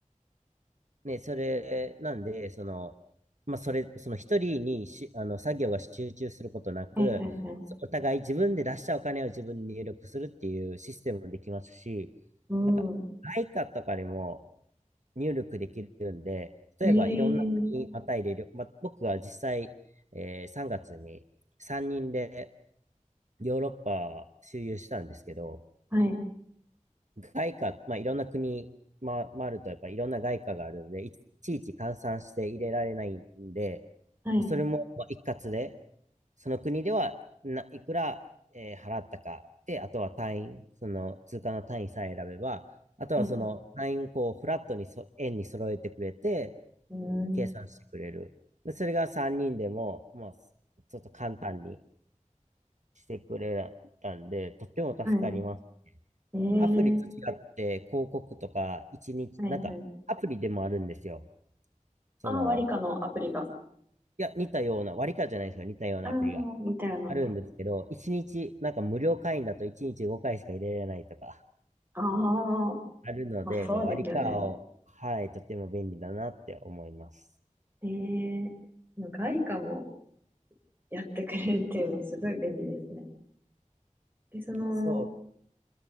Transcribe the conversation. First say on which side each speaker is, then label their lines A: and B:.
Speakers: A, on the right; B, on the right.
A: ね、それ、なんで、その、まあ、それ、その一人にし、あの、作業が集中することなく、
B: はい、はい、はい。
A: そお互い自分で出したお金を自分に入力するっていうシステムもできますし、
B: うん。
A: なんか、i イカとかでも入力できるんで、例えばいろんな国にまたいで旅、
B: ええー
A: ま、僕は実際、えー3月に3人でヨーロッパ周遊したんですけど、
B: はい、
A: 外貨、まあ、いろんな国回回ると、やっぱいろんな外貨があるんで、いちいち換算して入れられないんで、
B: はい、
A: まあそれもまあ一括で、その国ではな、いくら、えー払ったか、で、あとは単位、その通貨の単位さえ選べば、あとはその単位をこうフラットにそ、
B: はい。
A: 円に揃えてくれて、
B: うん。
A: 計算してくれる。でそれが3人でも、まあ、ちょっと簡単にしてくれたんで、とっても助かります。
B: はい。ええ
A: アプリと違って広告とか一日、
B: ーはい、
A: なんかアプリでもあるんですよ。
B: はい。
A: その、
B: ああ、ワリカのアプリが。
A: いや、似たような、割り勘じゃないんですよ。似たようなアプリが
B: ああ、みたいな。
A: あるんですけど、一日、なんか無料会員だと一日5回しか入れられないとか
B: ああ、
A: あるので、
B: まあそうですよね。
A: まあ、割り勘を、はい、とても便利だなって思います。
B: ええー、外貨もやってくれるっていうのはすごい便利ですね。で、その、
A: そう。